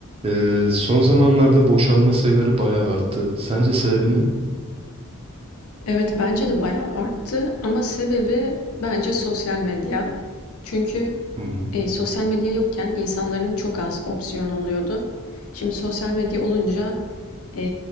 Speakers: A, on the right; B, on the left.
A: Ee, son zamanlarda boşanma sayıları bayağı arttı. Sence sebebi ne?
B: Evet bence de bayağı arttı ama sebebi bence sosyal medya. Çünkü
A: Hı hı.
B: e, sosyal medya yokken insanların çok az opsiyonu oluyordu. Şimdi sosyal medya olunca e,